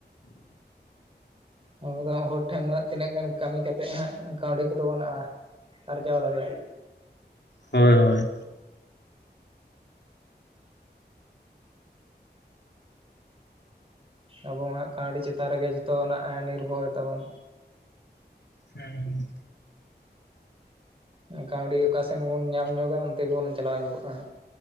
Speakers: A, on the right; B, on the left.
A: ᱟᱫᱚ ᱦᱚᱲ ᱴᱷᱮᱱ ᱫᱚ ᱛᱤᱱᱟᱹᱜ ᱜᱟᱱ ᱠᱟᱹᱢᱤ ᱠᱟᱛᱮᱫ ᱦᱟᱜ ᱠᱟᱹᱣᱰᱤ ᱠᱚᱫᱚ ᱵᱚᱱ ᱟᱨᱡᱟᱣ ᱫᱟᱲᱮᱭᱟᱜᱼᱟ
B: ᱦᱳᱭ ᱦᱳᱭ
A: ᱟᱵᱚᱣᱟᱜ ᱠᱟᱹᱣᱰᱤ ᱪᱮᱛᱟᱱ ᱨᱮᱜᱮ ᱡᱚᱛᱚᱱᱟᱜ ᱱᱤᱨᱵᱷᱚᱨ ᱛᱟᱵᱚᱱ
B: ᱦᱮᱸ
A: ᱠᱟᱹᱣᱰᱤ ᱚᱠᱟᱥᱮᱱ ᱵᱚᱱ ᱧᱟᱢ ᱧᱚᱜᱼᱟ ᱚᱱᱛᱮ ᱜᱮᱵᱚᱱ ᱪᱟᱞᱟᱣ ᱧᱚᱜᱚᱜᱼᱟ